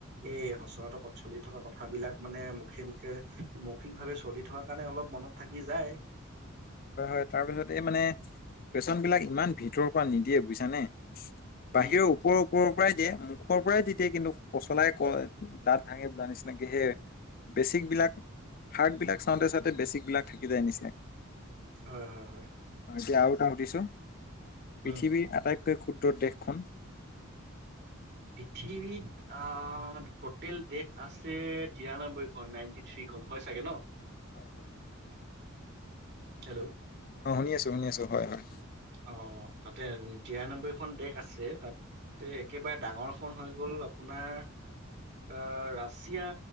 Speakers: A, on the right; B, on the left.
A: এই সচৰাতকত চলি থকা কথাবিলাক মানে মুখে মুখে মৌখিকভাৱে চলি থকা কাৰণে অলপ মনত থাকি যায়।
B: হয় হয় তাৰ পিছত এই মানে কোৱেচন বিলাক ইমান ভিতৰৰ পৰা নিদিয়ে বুজিছানে। বাহিৰৰ
A: উম
B: ওপৰৰ ওপৰৰ পৰাই দিয়ে মুখৰ পৰাই দি দিয়ে কিন্তু পচলাই দাঁত ভাঙি বোলা নিচিনাকি সে বেচিক বিলাক শাক বিলাক চাওঁতে চাওঁতে বেচিক বিলাক থাকি যায় নেকি।
A: হয় হয় হয়।
B: এতিয়া আৰু সুধিছো পৃথিৱীৰ
A: উম
B: আটাইতকৈ ক্ষুদ্ৰ দেশখন
A: পৃথিৱীত অ' টোটেল দেশ আছে তিৰানব্বৈ খন নাইনটি থ্ৰী খন হয় চাগে ন।
B: হয় হয় হয়।
A: হেল্ল'
B: অ' শুনি আছো শুনি আছো হয় হয়।
A: অ' তাতে তিৰানব্বৈখন দেশ আছে তাতে একেবাৰে ডাঙৰখন হৈ গ'ল আপোনাৰ আ' ৰাছিয়া